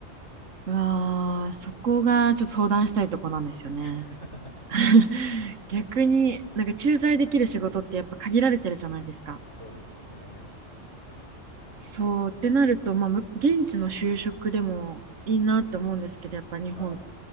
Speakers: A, on the right; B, on the left.
A: うわあ、そこがちょっと相談したいとこなんですよね。
B: <laughs>
A: <laughs> 逆になんか駐在できる仕事ってやっぱ限られてるじゃないですか。
B: なるほど。そうですよね。
A: そうってなると、まあ、む現地の就職でもいいなって思うんですけど、やっぱ日本
B: はい。